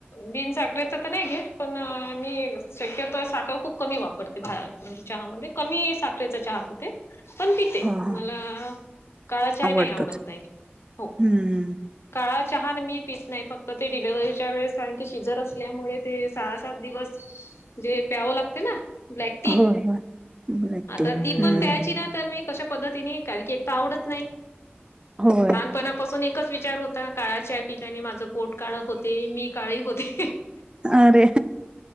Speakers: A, on the left; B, on the right.
A: बिन साखरेचा तर नाही घेत पण मी शक्यतो साखर खूप कमी वापरते भाहेर. म्हणजे चहामध्ये कमी साखरेचा चहा पिते पण पिते
B: हो हो
A: मला. काळा चाय
B: आवडतोच.
A: नाही आवडत ताई. हो
B: हम्म.
A: काळा चहा मी पित नाही फक्त. ते डिलेव्हरीच्या वेळेस कारण की सिजर असल्यामुळे ते सहा सात दिवस जे प्याव लागते ना ब्लॅक
B: <unintelligible>
A: टी
B: टी
A: आता ती
B: हम्म
A: पण प्यायची ना तर मी कशा पद्धतीने कारण की एक तर आवडत नाही
B: होय
A: पणापासून एकच विचार होता काळा चाय पिल्याने माझं पोट काळ होते मी काळे होते
B: अरे